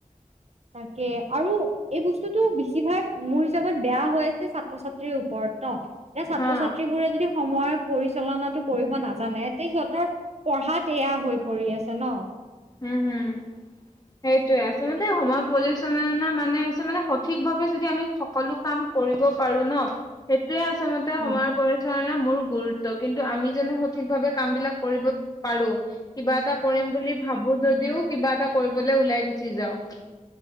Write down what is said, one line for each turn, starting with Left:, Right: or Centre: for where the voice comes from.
Right: তাকে, আৰু এই বস্তুটো বেছিভাগ মোৰ হিচাপত বেয়া হৈ আছে ছাত্ৰ-ছাত্ৰীৰ ওপৰত ন। এতিয়া ছাত্ৰ-ছাত্ৰীবোৰে
Left: হা,
Right: যদি সময়ৰ পৰিচালনাটো কৰিব নাজানে তে সিহঁতৰ পঢ়াত এয়া হৈ পৰি আছে ন।
Left: উ, হু সেইটোৱে। আচলতে সময় পৰিচ চালনা মানে হৈছে মানে সঠিক ভাৱে যদি আমি সকলো কাম কৰিব পাৰো ন সেইটোৱে আচলতে
Right: উম
Left: সময়ৰ পৰি ধাৰণা মোৰ গুৰুত্ব, কিন্তু আমি জানো সঠিকভাৱে কামবিলাক কৰিব পাৰোঁ? কিবা এটা কৰিম বুলি ভাবোঁ যদিও কিবা এটা কৰিবলে ওলাই গুচি যাওঁ।